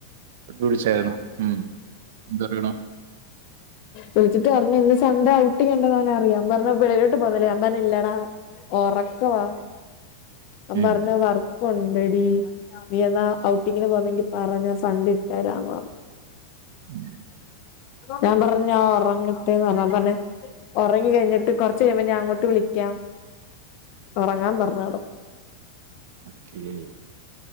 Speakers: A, on the right; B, on the left.
A: വിളിച്ചായിരുന്നോ ഉം എന്തറിണു
B: വിളിച്ചിട്ട് പറഞ് ഇന്ന് സൺ‌ഡേ ഔട്ടിക്കണ്ടന്ന്ോ അവെ അറിയാം ൻ പറഞ്ഞ വിളിലോട്ട് പോകന്നില്ലേ ഞാ പറഞ്ഞ ഇല്ലാടാ ഉറക്കവാ
A: ഉം
B: പറഞ്ഞ വ കൊണ്ടടി നീ എന്നാ ഔട്ടിങ്ങിന് പോന്നെങ്കി പറഞ്ഞ ഫണ്ട് ഇ തരാന്ന് പറഞ്ഞു
A: ഉം
B: ഞാൻ പറഞ്ഞ ഉറങ്ങിട്ടേന്ന് പറഞ്ഞാ പറന്നെ ഉറങ്ങി കഴിഞ്ഞിട്ട് കുറച്ച് കഴിയുമ്പോ ഞാ അങ്ങോട്ട് വിളിക്കാം ഉറങ്ങാൻ പറഞ്ഞട
A: അതെയോ